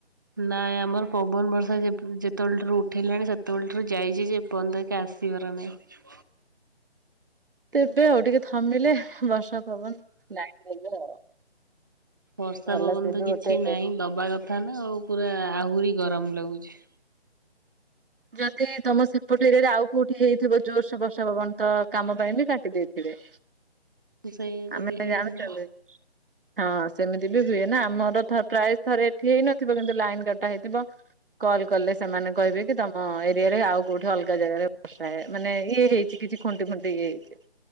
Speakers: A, on the right (about 20°); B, on the right (about 55°).
A: ନାଇଁ ଆମର ପବନ ବର୍ଷା ଯେତେବେଳେ ଠାରୁ ଉଠେଇଲାଣି ସେତେବେଳେ ଠାରୁ ଯାଇଛି ଯେ ଏପର୍ଯ୍ଯନ୍ତ ଘରିକା ଆସିବାର ନାହିଁ। <inaudible>
B: ଦେବେ ଆଉ ଟିକେ ଥମିଲେ ବର୍ଷା ପବନ ଲାଗିବ ଆଉ।
A: ବର୍ଷା
B: ଭଲ
A: ପବନ
B: ସେ
A: ତ
B: ବି
A: କିଛି
B: ଗୋଟେ
A: ନାହିଁ ଦବା କଥା ନା ଆଉ ପୁରା ଆହୁରି ଗରମ ଲାଗୁଛି।
B: ଯଦି ତମ ସେପଟ ଏରିଆରେ ଆଉ କୋଉଠି ହେଇଥିବ ଜୋରସ ବର୍ସା ପବନ ତ କାମ ପାଇଁ ବି କାଟି ଦେଇଥିବେ।
A: ସୋଇଆ ଯଦି
B: ଆମେ
A: ହେଇଥିବ।
B: ଜାଣୁଛନ୍ତି। ହଁ ସେମିତି ବି ହୁଏ ନା ଆମର ଥରେ ପ୍ରାୟ ଥରେ ଏଠି ହେଇ ନଥିବ କିନ୍ତୁ ଲାଇନ କଟା ହେଇଥିବ। କଲ୍ କଲେ ସେମାନେ କହିବେ କି ତମେ ହଁ ଏରିଆରେ ଆଉ କୋଉଠି ଅଲଗା ଜାଗାରେ ହ ମାନେ ଇଏ ହେଇଛି କିଛି ଖୁଣ୍ଟି ଫୁଣ୍ଟି ଇଏ ହେଇଛି।